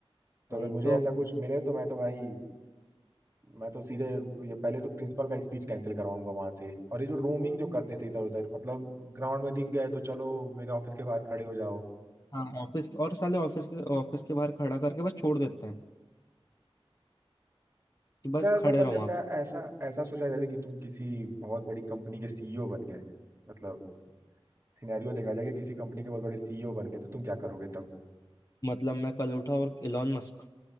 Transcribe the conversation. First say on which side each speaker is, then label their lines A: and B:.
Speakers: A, on the right; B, on the left.
A: तो
B: भाई
A: अगर मुझे
B: तो
A: ऐसा कुछ मिले तो मैं तो भाई मैं तो सीधे ये पहले तो प्रिंसिपल का स्पीच कैंसिल करवाऊंगा वहां से और ये जो रोमिंग जो करते थे इधर उधर मतलब ग्राउंड में दिख गए तो चलो मेरे ऑफिस के बाहर खड़े हो जाओ
B: हाँ ऑफिस और साले ऑफिस के ऑफिस के बाहर खड़ा करके बस छोड़ देते हैं कि
A: अच्छा
B: बस खड़े
A: मतलब
B: रहो
A: जैसा
B: वहां पर
A: ऐसा ऐसा सोचा जाए कि तुम किसी बहुत बड़ी कंपनी के सीईओ बन गए मतलब सिनेरियो देखा जाए कि किसी कंपनी के बहुत बड़े सीईओ बन गए तो तुम क्या करोगे तब
B: मतलब मैं कल उठा और इलॉन मस्क